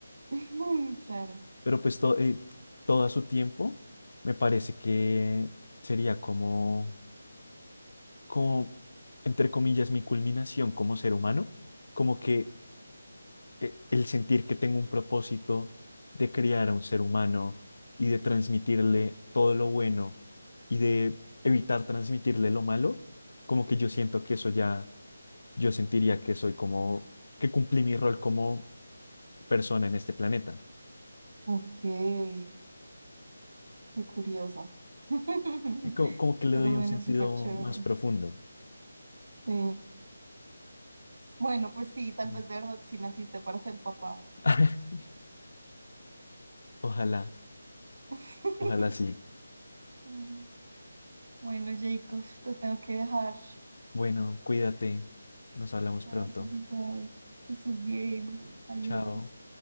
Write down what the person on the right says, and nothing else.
<laughs> Claro.
Ok, qué curioso. <laughs>
Pero
bueno,
súper chévere.
Sí. Bueno, pues sí, tal
vez de verdad sí naciste para ser papá.
<laughs>
Mm. Bueno, Jacob, te tengo que dejar.
Gracias,
igual. Que estés bien. Adiós.